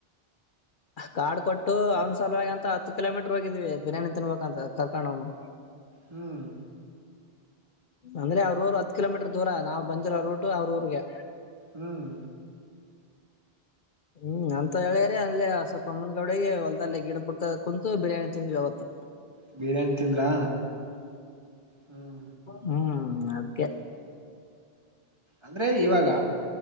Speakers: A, on the left; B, on the right.
A: ಕಾರ್ಡ್ ಕೊಟ್ಟು ಅವ್ನ ಸಲುವಾಗಿ ಅಂತ ಹತ್ತು ಕಿಲೋಮೀಟರ್ ಹೋಗಿ ಬಿರಿಯಾನಿ ತಿನ್ಬೇಕ ಅಂತ ಕರ್ಕೊಂಡು ಅವನು
B: ಹ್ಮ್
A: ಅಂದ್ರೆ ಅವರ ಊರು ಹತ್ತು ಕಿಲೋಮೀಟರ್ ದೂರ ನಾವ್ ಬಂದಿರೋ ರೂಟ್ ಅವರ ಊರಿಗೆ
B: ಹ್ಮ್
A: ಹ್ಮ್ ಅಂತ ಹೇಳ್ಯರಿ ಅಲ್ಲಿ ಸ್ವಲ್ಪ ಮುಂದ್ಗಡಿಗಿ ಹೊಲದಲ್ಲಿ ಗಿಡದಬಿಡಕುಂತು ಬಿರಿಯಾನಿ ತಿಂದ್ವಿ ಅವತ್ತು
B: ಬಿರಿಯಾನಿ ತಿಂದ್ರಾ ಹ್ಮ
A: ಹ್ಮ್ ಅದಕ್ಕೆ
B: ಅಂದ್ರೆ ಇವಾಗ